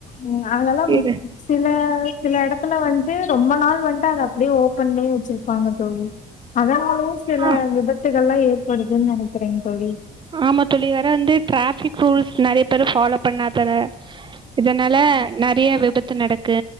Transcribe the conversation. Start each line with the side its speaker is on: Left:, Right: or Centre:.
Left: ம் அதெல்லா
Right: ஏ
Left: சில சில இடத்துல வந்து ரொம்ப நாள் வந்து அத அப்படியே ஓப்பன்லயே வச்சிருப்பாங்க தோழி அதா <unintelligible> சில
Right: ஆ
Left: விபத்துகள்ளா <unintelligible> நெனைக்கிறங் தோழி
Right: ஆமா தோழி வேர வந்து டிராஃபிக் ரூல்ஸ் நெறைய பேரு ஃபாலோ பண்ணாதான இதனால நெறைய விபத் த்து நடக்கு